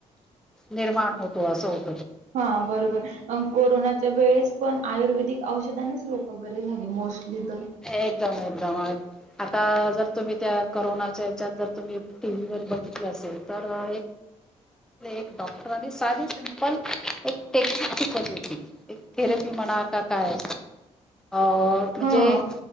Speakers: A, in the centre; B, on the right.
A: निर्माण होतो असं होत.
B: हा बरोबर. कोरोनाच्या वेळेस पण आयुर्वेदिक औषधानेच लोक बरे झाले. मोस्टली तर.
A: एकदम-एकदम. अ आता जर तुम्ही त्या करोनाच्या ह्याच्यात जर तुम्ही टी व्हीवर बघितलं असेल ल्या एक डॉक्टरांनी साधी सिंपल एक टेक्निक शिकवली होती. एक थेरपी म्हणा का काय अ म्हणजे
B: हां,